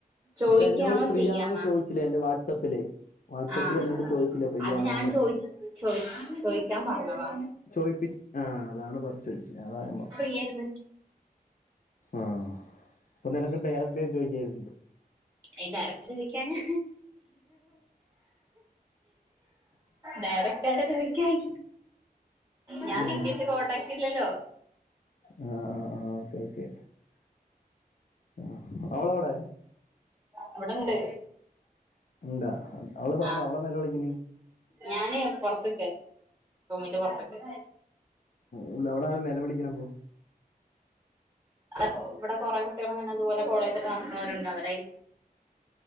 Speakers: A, on the right; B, on the left.
A: ചോദിക്കാണോ
B: ഇപ്പൊ എന്നോട് ഫ്രീ
A: ചെയ്യാന്നാ
B: ആണോന്ന് ചോയിച്ച് റ്റിലെ എന്റെ വാട്സപ്പില് വാട്സപ്പിൽ
A: ആഹ്
B: എന്നോട് ചോയിച്ചിലേ ഫ്രീയാണോന്ന്
A: അത് ഞാൻ ചോയിച്ച് ചോയി ചോയിക്കാൻ പറഞ്ഞതാ
B: ചോയിപ്പി ആഹ് അതാണ് പർച്ച് ചോയ്ച്ചേ അതാ ഞാൻ പർഞ്ഞെ
A: കേട്ന്ന്
B: ആഹ് അപ്പൊ നിനക്ക് ഡയറക്ട്ടായി ജോയിക്കായിരുന്നില്ലേ
A: അയ്ന്റെ അറക്റ്റ്ട് ചോയിക്കാന് ഡയറക്റ്റ് ആയിട്ട് ചോയിക്കായി ഞാൻ
B: ഉം
A: നിന്റെട്ട് കോണ്ടാക്ട് ഇല്ലല്ലോ
B: ആഹ് ആഹ് ആഹ് ഓക്കെ ഓക്കെ ആഹ് അവളവിടെ?
A: ഇവിടെണ്ട്.
B: ഉണ്ടാ അവള സൗണ്ട
A: ആഹ്
B: അവള നില വിളിക്ക്ണ്
A: ഞാന് പൊർത്ക്ക് റൂമിന്റെ പൊർത്ത്ക്ക്.
B: <unintelligible> അവടെ നലവിളിക്കണപ്പോ?
A: അടെ ഇവിടെ കൊറേ കുട്ടികൾ ഇങ്ങനെതുപോലെ കോളേജ്ട്ട് നടക്കുണോരുണ്ട് അവരായിരിക്കും.